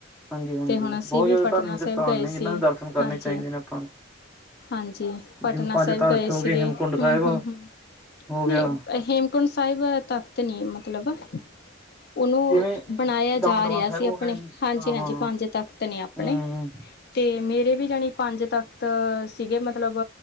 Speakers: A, in the centre; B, on the left.
A: ਹਾਂਜੀ-ਹਾਂਜੀ,
B: ਤੇ ਹੁਣ ਅਸੀਂ
A: ਬਹੁਤ
B: ਵੀ
A: ਜ਼ਿਆਦਾ
B: ਪਟਨਾ
A: ਧਾਰਮਿਕ
B: ਸਾਹਿਬ
A: ਸਥਾਨ
B: ਗਏ
A: ਨੇ ਜਿਨ੍ਹਾਂ
B: ਸੀ,
A: ਦੇ ਦਰਸ਼ਨ ਕਰਨੇ
B: ਹਾਂਜੀ।
A: ਚਾਹੀਦੇ ਨੇ ਆਪਾਂ ਨੂੰ।
B: ਹਾਂਜੀ, ਪਟਨਾ
A: ਜਿਵੇਂ ਪੰਜ
B: ਸਾਹਿਬ
A: ਤਖ਼ਤ
B: ਗਏ
A: ਹੋ
B: ਸੀਗੇ
A: ਹੇਮਕੁੰਡ ਸਾਹਿਬ
B: ਹੂੰ ਹੂੰ ਹੂੰ।
A: ਹੋ ਗਿਆ,
B: ਨਈ ਹੇਮਕੁੰਟ ਸਾਹਿਬ ਤਖ਼ਤ ਨੀ ਮਤਲਬ। ਉਹਨੂੰ
A: ਜਿਵੇਂ
B: ਬਣਾਇਆ
A: ਦਮਦਮਾ
B: ਜਾ ਰਿਹਾ
A: ਸਾਹਿਬ
B: ਸੀ
A: ਹੋ
B: ਅਪਣੇ,
A: ਗਿਆ ਜੀ,
B: ਹਾਂਜੀ
A: ਹਾਂ-ਹਾਂ,
B: ਹਾਂਜੀ ਪੰਜ ਤਖ਼ਤ ਨੇ ਅਪਣੇ।
A: ਹੂੰ,
B: ਤੇ ਮੇਰੇ ਵੀ ਜਾਣੀ ਪੰਜ ਤਖ਼ਤ ਸੀਗੇ ਮਤਲਬ